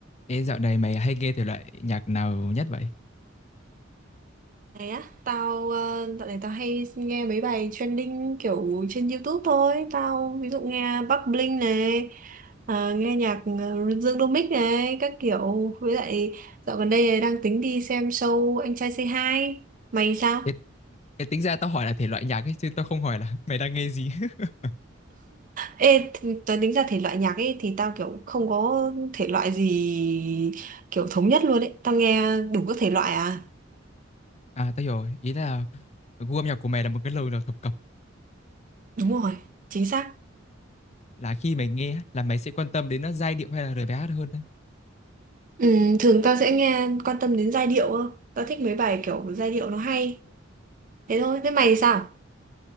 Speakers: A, on the left; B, on the right.
A: Ê, dạo này mày hay nghe thể loại nhạc nào nhất vậy?
B: này á tao ờ, dạo này tao hay nghe mấy bài trending kiểu trên YouTube thôi tao ví dụ nghe Bắc Bling này à, nghe nhạc ờ, Dương Domic này các kiểu với lại dạo gần đây đang tính đi xem show Anh Trai Say Hi mày sao
A: Ê, ê, tính ra tao hỏi là thể loại nhạc ấy, chứ tao không hỏi là <laughs> mày đang nghe gì. <laughs>
B: ê th- tao tính ra thể loại nhạc ấy thì tao kiểu không có thể loại gì kiểu thống nhất luôn ấy tao nghe đủ các thể loại à
A: À, tao hiểu rồi. Ý là gu âm nhạc của mày là một cái lời nào thập cẩm.
B: đúng rồi chính xác
A: Là khi mày nghe á, là mày sẽ quan tâm đến nó giai điệu hay là lời bài hát hơn đấy.
B: Ừ, thường tao sẽ nghe quan tâm đến giai điệu hơn. Tao thích mấy bài kiểu giai điệu nó hay. Thế thôi, thế mày thì sao?